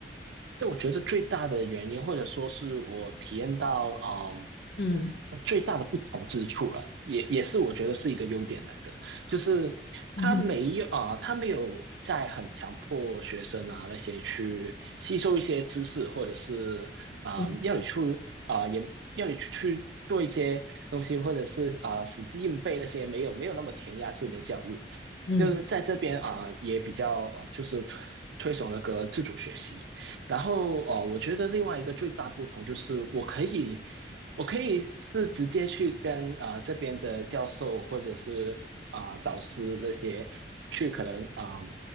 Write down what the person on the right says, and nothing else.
因为我觉得最大的原因，或者说是我体验到，嗯，
最大的不同之处了，也也是我觉得是一个优点来的，就是他没有啊、
他没有在很强迫学生啊那些去吸收一些知识，或者是啊、
要你去啊、也要你去做一些东西，或者是啊、死记硬背那些没有没有那么填鸭式的教育，
就是在这边啊、也比较呃就是推推崇那个自主学习。然后哦，我觉得另外一个最大不同就是我可以，我可以是直接去跟啊、呃这边的教授或者是啊、呃导师那些去可能啊、呃